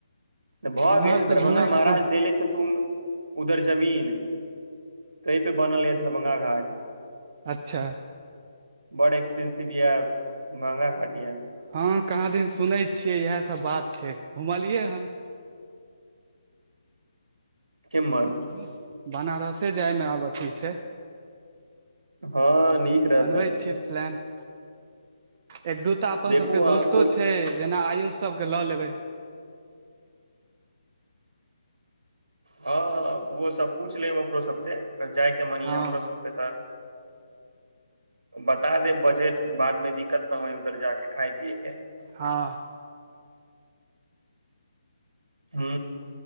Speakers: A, on the right; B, on the right.
A: तऽ भऽ
B: एम्हर
A: गेल
B: तऽ
A: दरभंगा
B: घूमयके
A: महाराज
B: कोन
A: देले छथिथुन उधर जमीन तहपे बनल है दरभंगा घाट
B: अच्छा
A: बहु् एक्सपेंसिव या महँगा घाट यै
B: हँ कहाँ दिन सुनै छियै इएहसभ बात छै घुमलियै हन
A: केमर
B: <inaudible> बनारसे जायमे आब अथी छै
A: हँ नीक रहतै
B: बनबै छियै प्लान एक दूटा अपन
A: देखू
B: सब के
A: अहाँ
B: दोस्तो
A: कोइ
B: छै जेना आयुष सबके लऽ लेबै
A: हँ ओ सब पूछ ले ओकरो सबसँ जायके मन
B: हँ
A: या ओकर सबके तऽ बता देब बजेट बाद मे दिक्कत न होइ उधर जा के खाय पियएके
B: हँ
A: ह